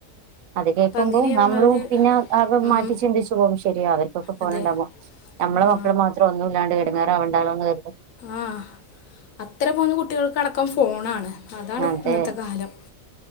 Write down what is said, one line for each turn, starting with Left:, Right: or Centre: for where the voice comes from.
Right: അത് കേക്കുമ്പോ
Left: അപ്പം അങ്ങനെയുള്ള
Right: ന്നമ്മളും
Left: ഒരു
Right: പിന്നെ ആകെ
Left: ഉം,
Right: മാറ്റി ചിന്തിച് യ്പോവും ശരിയാ അവർക്കൊക്കെ ഫോണ്
Left: അതെ
Right: ണ്ടാവുമ്പോ ഞമ്മളെ
Left: ആ
Right: മക്കള് മാത്രം ഒന്നുല്ലാണ്ട് എടങ്ങേറാവണ്ടാന്ന് കെര്തും
Left: ആഹ് അത്ര പോന്ന കുട്ട്യാൾക്ക് അടക്കം ഫോണാണ് അതാണ്
Right: അതെ
Left: ഇന്നത്തെ കാലം